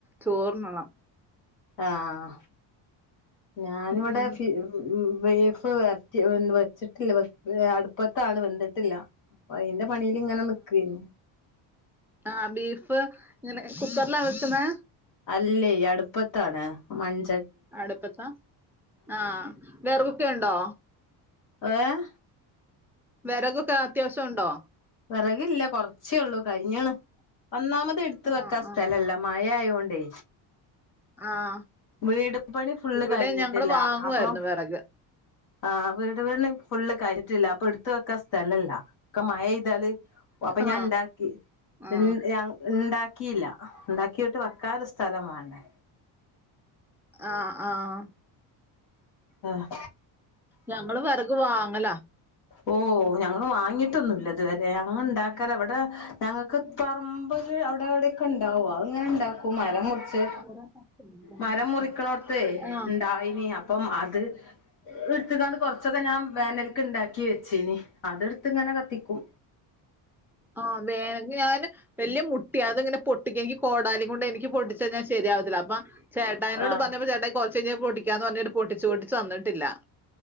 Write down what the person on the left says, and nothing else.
ആഹ ഞാൻവടെ
ഫി വ് വ് ബീഫ് വര് റ്റി വെൻ വെച്ചിട്ടില്ല വെക് വെ അട്പ്പത്താണ് വന്തിട്ടില്ല. പ്പ അയിന്റെ പണില്ങ്ങനെ നിക്കേനി.
അല്ലേ അട്പ്പത്താണ് മൺച
ഏഹ്
വെറകില്ല കൊറച്ചേഒള്ളൂ കഴിഞ്ഞ്ണ്. ഒന്നാമത് ഇട്ത്ത്
വെക്കാ സ്ഥലല്ല.
മഴ മഴ ആയോണ്ടേ
വീട്പണി ഫുള്ള്
കഴിഞ്ഞിട്ടില്ല
അപ്പം
ആഹ് വീട് പണി ഫുള്ള് കഴിഞ്ഞിട്ടില്ല അപ്പൊ ഇട്ത്ത് വെക്കാസ്ഥലല്ല ഒക്ക മഴായി പെയ്താല് അപ്പൊ
ഞാൻ ഇണ്ടാക്കി
ഞാ ഇണ്ടാക്കീല്ല. ഇണ്ടാക്കീട്ട് വക്കാനൊരുസ്ഥലം വാണ്ടേ.
ആഹ്
ഓ ഞങ്ങള് വാങ്ങിട്ടൊന്നുല്ല ഇതുവരെ ഞങ്ങൾ ഇണ്ടാക്കലാ ഇവടെ ഞങ്ങൾക്ക് പറമ്പില് അവിടെ എവിടെക്കെ ഇണ്ടാവും. അത് ഇങ്ങനെ ഇണ്ടാക്കും. മരം മുറിച്ച്
മരം മുറിക്ക്ണോട്ത്തെ
ഇണ്ടായിനി. അപ്പം അത് ഇട്ത്ത്കാണ്ട് കൊറച്ചൊക്കെ ഞാൻ വേനൽക്ക് ഇണ്ടാക്കി വെച്ചീനി അത് ഇട്ത്ത് ഇങ്ങനെ കത്തിക്കും.
ആഹ്